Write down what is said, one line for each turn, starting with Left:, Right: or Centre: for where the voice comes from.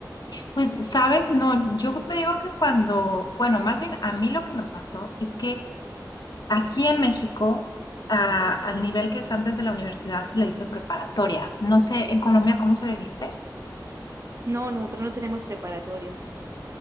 Left: Pues, sabes, no, yo te digo que cuando, bueno, más bien a mí lo que me pasó es que aquí en México, a- al nivel que es antes de la universidad, se le dice preparatoria. No sé, en Colombia, ¿cómo se le dice?
Right: No, nosotros no tenemos preparatoria.